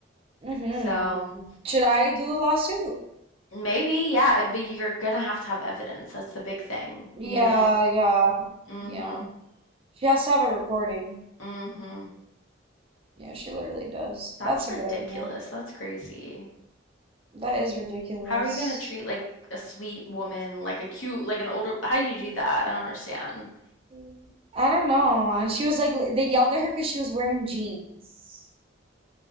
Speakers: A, on the right (about 30°); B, on the left (about 80°).
A: Mm-hmm.
B: So
A: Should I do the lawsuit?
B: maybe, yeah, but you're gonna have to have evidence. That's the big thing,
A: Yeah,
B: you know?
A: yeah,
B: Mm-hmm.
A: yeah. She has to have a recording.
B: Mm-hmm.
A: Yeah, she literally does.
B: That's
A: That's
B: ridiculous.
A: a good idea.
B: That's crazy.
A: That is ridiculous.
B: How are you gonna treat like a sweet woman, like a cute, like an older? How do you do that? I don't understand.
A: Mm. I don't know. And she was like, li- they yelled at her because she was wearing jeans.